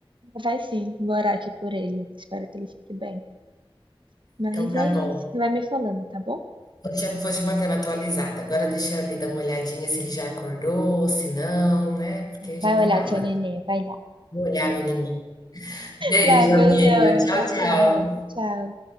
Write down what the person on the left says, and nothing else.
Então tá
bom.
Hoje te, vou te mantendo atualizada. Agora deixa ele dar uma olhadinha se ele já acordou, se não, né? Porque já
tá
na hora.
Vou olhar, meu neném. Beijo,
amiga.
Tchau,
tchau.